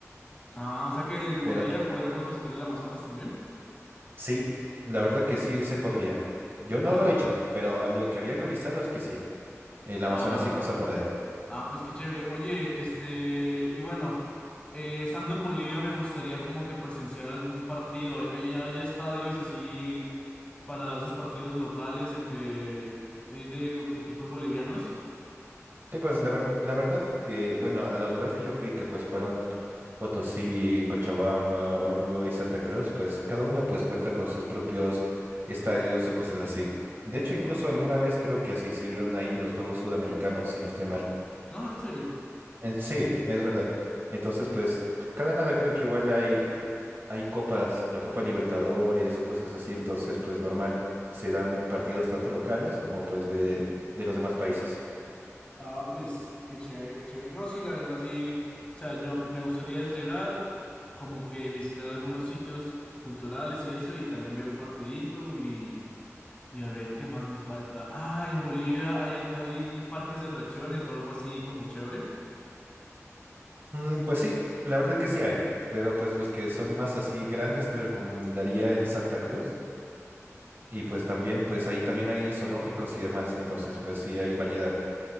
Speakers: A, on the left; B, on the right.
A: Ah, o sea que desde Bolivia
B: Pero
A: podríamos visitar el Amazonas también.
B: sí, la verdad que sí se podría. Yo no
A: Ah,
B: lo he hecho, pero a lo que había revisado es que sí. El Amazonas
A: ah,
B: sí pasa para ahí.
A: ah, pues qué chévere. Oye, este, y bueno, eh, estando en Bolivia me gustaría como que presenciar algún partido. ¿Hay, hay estadios así para esos partidos locales entre eh, de equipos bolivianos?
B: Sí, pues la, ver- la verdad que, bueno, a los lugares que yo fui, que pues fueron Potosí, Cochabamba, Oruro y Santa Cruz, pues cada uno pues cuenta con sus propios estadios o cosas así. De hecho, incluso alguna vez creo que se hicieron ahí los Juegos Sudamericanos, si no estoy mal.
A: No, en serio.
B: En- sí, es verdad. Entonces, pues cada nada creo que igual hay, hay copas, la Copa Libertadores o cosas así, entonces pues normal, se dan partidos tanto locales como pues de, de los demás países.
A: Ah, pues qué chévere, qué chévere. No, sí, la verdad sí. O sea, yo me gustaría es llegar, como que visitar algunos sitios culturales y eso, y también ver un partidito y Y a ver, ¿qué más me falta? Ah, en Bolivia hay, al- hay parques de atracciones o algo así como chévere.
B: Mm, pues sí, la verdad que sí hay, pero pues los que son más así grandes te recomendaría en Santa Cruz. Y pues también, pues ahí también hay zoológicos y demás. Entonces, pues sí hay variedad.